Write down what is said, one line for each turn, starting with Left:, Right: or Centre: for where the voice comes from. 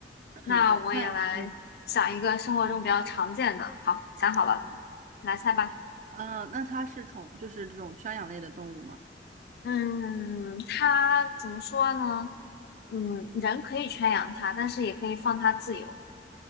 Right: 嗯，
Left: 那我也来想一个生活中比较常见的。
Right: 对，那嗯
Left: 好，想好了，
Right: 嗯
Left: 来猜吧。
Right: 呃，那它是宠，就是这种圈养类的动物吗？
Left: 嗯，它怎么说呢？嗯，人可以圈养它，但是也可以放它自由。